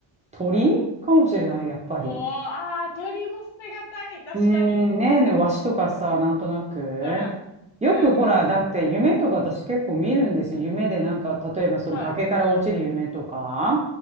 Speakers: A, on the right; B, on the left.
A: 鳥かもしれない、やっぱり。
B: おー、ああ、鳥も捨てがたい。確かに。
A: うーん、ねえねえ、ワシとかさ、なんとなく。
B: うん。
A: よくほら、
B: うんうんうん。
A: だって夢とか私結構見るんですよ。夢でなんか、例えばその崖から落ちる夢とか、
B: はい。